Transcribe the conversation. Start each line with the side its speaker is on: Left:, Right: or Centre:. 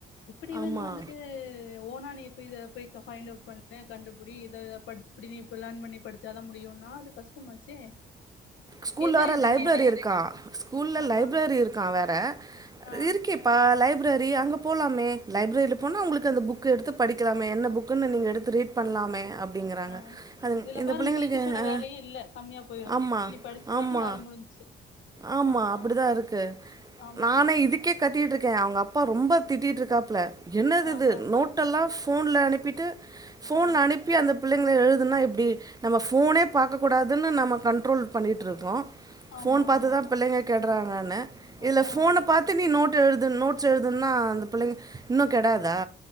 Left: இப்டி இவங்க
Right: ஆமா
Left: வந்துட்டு இத ஓனா நீ இப்ப இத போய் ஃபைண்ட் அவ்ட் பண்ணு கண்டுபுடி இந்த பட்ச் இப்டி நீ லேர்ன் பண்ணி படிச் சா தா முடியுன்னா அது கஷ்டமாச்சே
Right: ஸ்கூல்ல
Left: என்ன
Right: வேற
Left: இதுங்க
Right: லைப்ரரி
Left: அவங்க
Right: இருக்கா ஸ்கூல்ல
Left: ஆஹா
Right: லைப்ரரி இருக்கா வேற
Left: ஆ
Right: இருக்கேப்பா லைப்ரரி அங்க போலாமே லைப்ரரில போனா உங்ளுக்கு அந்த புக் எடுத்து படிக்கலாமே என்ன புக்குன்னூ நீங்க எடுத்து ரீட் பண்லாமே அப்டிங்கறாங்க
Left: ஆ
Right: அது
Left: இதுல
Right: இந்த
Left: பாருங்க
Right: புள்ளைங்களுக்கு
Left: டீச்சர்ஸோட
Right: அ
Left: வேலையே இல்ல கம்மியா போயிரு
Right: ஆம்மா
Left: நீ படிச்சுட்டு
Right: ஆம்மா
Left: வானா வேல முடிஞ்ச்சு
Right: ஆம்மா
Left: ஆஹா
Right: அப்புடிதா இருக்கு
Left: ஆமா
Right: நானே இதுக்கே கத்திகிட்ருக்க அவுங்க அப்பா ரொம்ப திட்டிட்ருக்காப்ல என்னது
Left: ஆஹா
Right: இது நோட் ட்டுந்தா ஃபோன்ல அனுப்பிட்டு ஃபோன்ல
Left: ஆ
Right: அனுப் பி அந்த பிள்ளைங்கள எழுதுனா எப்டி நம்ம ஃபோனே பாக்ககூடாதுன்னு நம்ம கண்ட்ரோல் பண்ணிட் ட்ருக்கோ
Left: ஆமா
Right: ஃபோன் பாத்துதா
Left: ஆமா
Right: பிள்ளைங்க கெட்றாங்கன்னு
Left: ஆ
Right: இதுல ஃபோன பாத் து நி நோட் எழுது நோட்ஸ் எழுதுன்னா அந்த புள்ளைங்க இன்னு கெடாதா